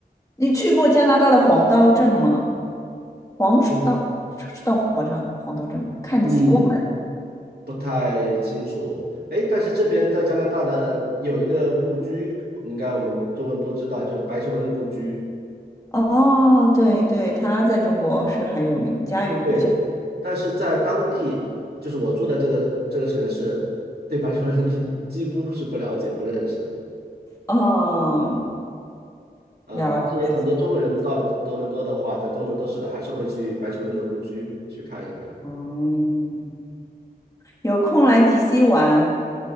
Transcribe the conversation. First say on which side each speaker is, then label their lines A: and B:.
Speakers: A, on the left; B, on the right.
A: 你去过加拿大的黄刀镇吗？黄石道是是到黄刀黄刀镇吗？
B: 嗯
A: 看极光。
B: 嗯，不太清楚。哎，但是这边在加拿大的有一个故居，应该我们中国人都知道，就是白求恩故居。
A: 哦，对对，他在中国是很有名，家喻户晓。
B: 对，但是在当地，就是我住的这个这个城市，对白求恩一几乎是不了解、不认识
A: 嗯，
B: 啊。
A: 了解。
B: 但是很多中国人到了多伦多的话，在多伦多市的还是会去白求恩的故居去看一看。
A: 嗯，有空来迪 c 玩，